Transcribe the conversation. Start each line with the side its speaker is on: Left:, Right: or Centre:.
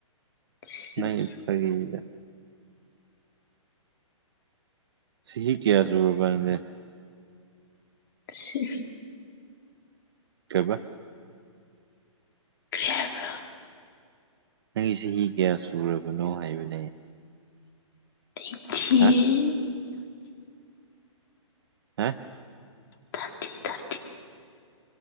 Left: ꯁꯤꯁ
Right: ꯅ ꯐꯒ ꯆꯍꯤ ꯀꯌꯥꯁꯨꯕꯅꯦ
Left: ꯁꯤ
Right: ꯀꯕ
Left: ꯀ꯭ꯦꯕ꯭ꯔ
Right: ꯅꯪꯒꯤ ꯆꯍꯤ ꯀꯌꯥ ꯁꯨꯔꯕꯅꯣ ꯍꯥꯏꯕꯅꯦ
Left: ꯑꯩ
Right: ꯍꯥ ꯍꯥ
Left: ꯊꯔꯇꯤ ꯊꯥꯔꯇꯤ